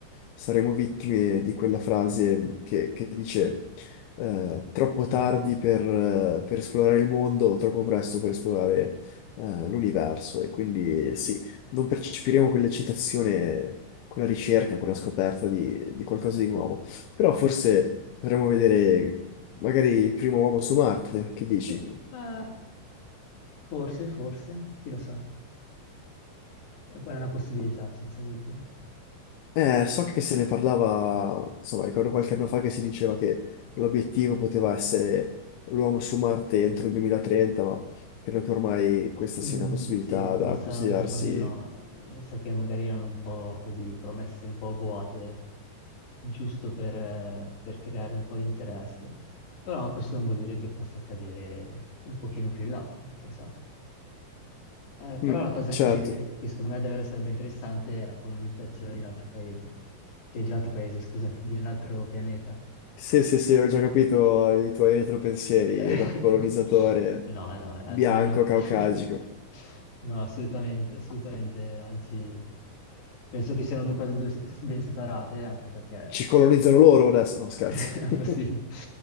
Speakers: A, on the left (about 90°); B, on the left (about 65°).
A: saremo vittime di quella frase che, che dice eh, troppo
B: Mhm.
A: tardi per, eh, per esplorare il mondo, troppo presto per esplorare eh, l'universo. E quindi sì, non percepiremo quell'eccitazione, quella ricerca, quella scoperta di, di qualcosa di nuovo. Però forse potremmo vedere Magari il primo uomo su Marte, che dici?
B: Sì, ma forse, forse, chi lo sa. È poi è una possibilità, senza dubbio.
A: Eh, so che se ne parlava, insomma, ricordo qualche anno fa che si diceva che l'obiettivo poteva essere l'uomo su Marte entro il 2030, ma credo che ormai questa sia
B: Mm,
A: una possibilità
B: sì, mi
A: da
B: sa,
A: considerarsi.
B: mi sa proprio di no. Mi sa che magari erano un po' così promesse un po' vuote, giusto per, eh, per creare un po' di interesse. Però questo non vuol dire che possa accadere un pochino più in là, chi lo sa. Eh, però
A: Mm,
B: la cosa
A: certo,
B: che, che secondo me davvero sarebbe interessante è la colonizzazione di un altro paese, cioè di un altro paese, scusami, di un altro pianeta.
A: sì, sì, sì, ho già capito i tuoi retropensieri
B: <laughs>
A: da colonizzatore
B: No, no,
A: bianco
B: eh, io
A: caucasico.
B: <laughs> no, assolutamente, assolutamente, anzi, penso che siano due cose due- ben separate, anche perché
A: Ci colonizzano loro adesso? No, scherzo.
B: <laughs> è
A: <laughs>
B: possibile.